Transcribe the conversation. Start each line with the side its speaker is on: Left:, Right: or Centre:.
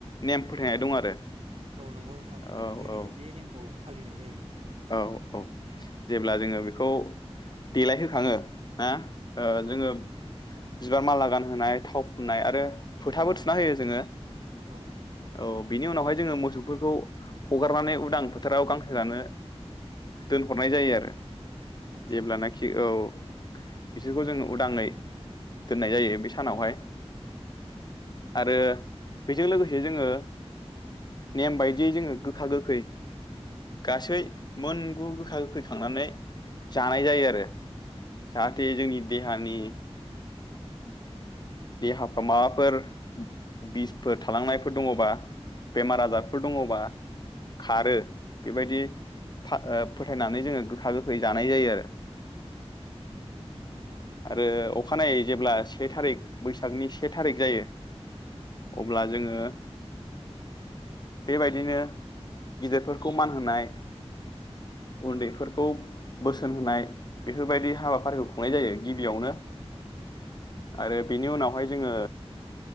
Left: नेम फोथायनाय दं आरो
Right: औ नंगौ नोंथां नंगौ
Left: औ
Right: जोंनिखो
Left: औ
Right: बे नेमखौ फालिनाय जायो नों
Left: औ औ जेब्ला जोङो बेखौ देलायहोखाङो ना ओ
Right: औ
Left: जोङो बिबार माला गानहोनाय थाव फुननाय आरो फोथाबो थुना होयो जोङो
Right: औ
Left: औ बिनि उनावहाय जोङो मोसौफोरखौ हगारनानै उदां फोथाराव गांसो जानो दोनहरनाय जायो आरो
Right: आदसा
Left: जेब्लानाखि औ बिसोरखौ जोङो उदाङै दोननाय जायो बे सानावहाय आरो बेजों लोगोसे जोङो नेम बायदियै जोङो गोखा गोखै गासै मोनगु गोखा गोखै खांनानै जानाय जायो आरो जाहाथे जोंनि देहानि देहाफ्राव माबाफोर बिसफोर थालांनायफोर दङबा बेमार आजारफोर दङबा खारो बेबायदि फाह ओ फोथायनानै जोङो गोखा गोखै जानाय जायो आरो
Right: नंगौ नोंथां
Left: आरो
Right: नंगौ
Left: अखानायै जेब्ला से थारिख। बैसागनि से थारिक जायो अब्ला जोङो बेबायदिनो गिदिरफोरखौ मान होनाय उन्दैफोरखौ बोसोन होनाय बेफोरबायदि हाबाफारिखौ खुंनाय जायो गिबियावनो आरो। बेनि उनावहाय जोङो